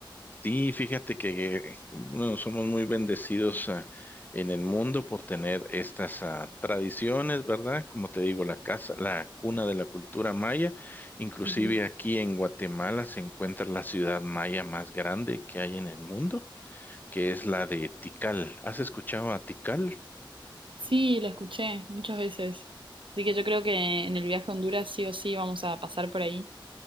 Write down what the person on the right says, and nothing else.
Ujú.
Sí, la escuché muchas veces, así que yo creo que en el viaje a Honduras sí o sí vamos a pasar por ahí.